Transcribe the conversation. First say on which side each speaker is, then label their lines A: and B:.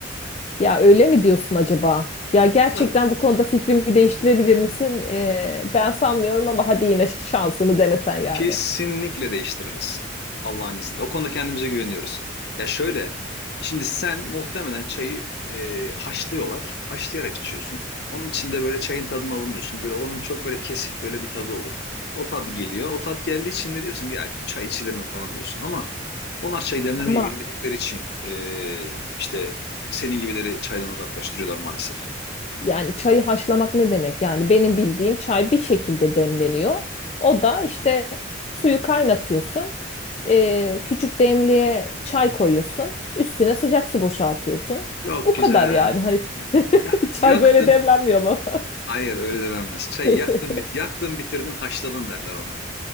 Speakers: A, on the left; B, on the left.
A: Ya öyle mi diyorsun acaba? Ya gerçekten
B: Tabii
A: bu konuda fikrimi değiştirebilir misin? Ee, ben sanmıyorum ama hadi yine şansını denesen yani.
B: Kesinlikle değiştiririz. Allah'ın izniyle. O konuda kendimize güveniyoruz. Ya şöyle, şimdi sen muhtemelen çayı e, haşlıyorlar. Haşlayarak içiyorsun. Onun içinde böyle çayın tadını alamıyorsun. Böyle onun çok böyle kesif böyle bir tadı olur. O tat geliyor. O tat geldiği için de diyorsun ki ya çay içilir mi falan diyorsun. Ama onlar çay demlemeyi
A: Ama.
B: bilmedikleri için e, işte senin gibileri çaydan uzaklaştırıyorlar maalesef.
A: Yani çayı haşlamak ne demek? Yani benim bildiğim çay bir şekilde demleniyor. O da işte suyu kaynatıyorsun. eee, küçük demliğe çay koyuyorsun. Üstüne sıcak su boşaltıyorsun.
B: Çok
A: Bu
B: güzel.
A: kadar yani. Hani <laughs>
B: Yak,
A: çay
B: yaktın.
A: böyle demlenmiyor ama.
B: Hayır öyle denilmez. Çayı
A: <laughs>
B: yaktın bit yaktın bitirdin haşladın derler ona.